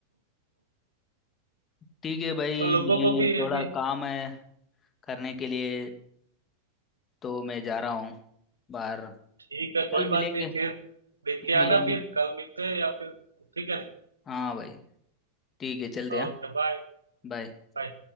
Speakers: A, on the left (about 25°); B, on the right (about 75°).
A: ठीक है भाई
B: और लोगों
A: मैं
B: को भी
A: थोड़ा
B: अभी
A: काम है करने के लिए तो मैं जा रहा हूँ बाहर
B: ठीक है कोई
A: कल मिलेंगे
B: बात नहीं फिर
A: फिर
B: देख के
A: मिलेंगे
B: आना फिर कल मिलते हैं या फिर ठीक है
A: हाँ भाई ठीक है चलते
B: ना।
A: हैं
B: Okay bye
A: बाय
B: बाय